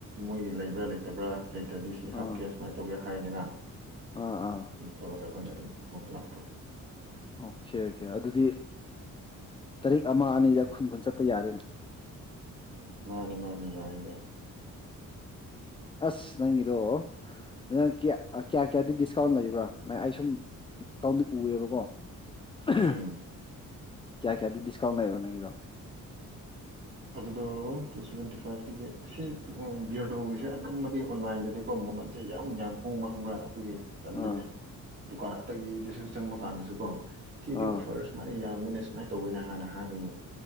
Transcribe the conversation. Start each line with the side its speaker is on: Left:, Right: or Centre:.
Right: ꯃꯣꯏꯒꯤ ꯂꯩꯕ꯭ꯔꯥ ꯂꯩꯇ꯫ ꯂꯩꯇꯕ꯭ꯔ꯫ ꯂꯩꯇ꯭ꯔꯗꯤ ꯁꯤ ꯍꯥꯞꯀꯦ
Left: ꯑꯥ
Right: ꯁꯨꯃꯥꯏ ꯇꯧꯒꯦ꯫ ꯍꯥꯏꯅꯤꯅ꯫
Left: ꯑꯥ ꯑꯥ
Right: ꯇꯧꯔꯥꯒ ꯑꯩꯈꯣꯏꯅ ꯑꯗꯨꯝ <unintelligible>
Left: ꯑꯣꯀꯦ ꯑꯣꯀꯦ ꯑꯗꯨꯗꯤ ꯇꯔꯤꯛ ꯑꯃ ꯑꯅꯤꯗ ꯈꯨꯟ ꯈꯨꯟ ꯆꯠꯄ ꯌꯥꯔꯦꯅꯦ꯫
Right: ꯃꯥꯅꯤ ꯃꯥꯅꯤ ꯌꯥꯏꯌꯥꯢ꯫
Left: ꯑꯁ ꯅꯪꯒꯤꯗꯣ ꯅꯪ ꯀꯌꯥ ꯀꯌꯥꯗꯤ ꯗꯤꯁꯀꯥꯎꯟ ꯂꯩꯕ꯭ꯔꯥ ꯅꯪ ꯑꯩ ꯁꯨꯝ ꯗꯤꯁꯀꯥꯎꯟꯗꯤ ꯎꯑꯦꯕꯀꯣ꯫ <unintelligible>
Right: ꯎꯝ
Left: ꯀꯌꯥ ꯀꯌꯥꯗꯤ ꯗꯤꯁꯀꯥꯎꯟ ꯂꯩꯕ ꯅꯪꯒꯤꯗꯣ꯫
Right: ꯑꯗꯨꯗꯣ ꯇꯨꯁꯚꯦꯟꯇꯤ ꯐꯥꯏꯚꯇꯒꯤ ꯁꯤ ꯕꯤꯌ꯭ꯔꯗꯣꯒꯤꯁꯦ ꯑꯅꯝꯕꯗꯤ ꯑꯣꯟꯂꯥꯏꯟꯗꯗꯤꯀꯣ ꯃꯃꯟꯁꯦ ꯌꯥꯝ ꯌꯥꯝ ꯍꯣꯡꯕ ꯈꯪꯕ꯭ꯔꯥ ꯑꯗꯨꯒꯤ꯫ ꯇꯜꯂꯤꯅꯦ꯫
Left: ꯑꯥ
Right: ꯗꯨꯀꯥꯟ ꯑꯇꯩꯒꯤꯗꯁꯨ ꯆꯪꯕ ꯀꯥꯟꯗꯁꯨ ꯀꯣ ꯁꯤꯗꯤ
Left: ꯑꯥ
Right: ꯑꯣꯐꯔꯁ ꯃꯌꯥꯝ ꯁꯨꯃꯥꯏꯅ ꯇꯧꯕꯦꯅ ꯍꯥꯟꯅ ꯍꯥꯏꯕꯒꯤ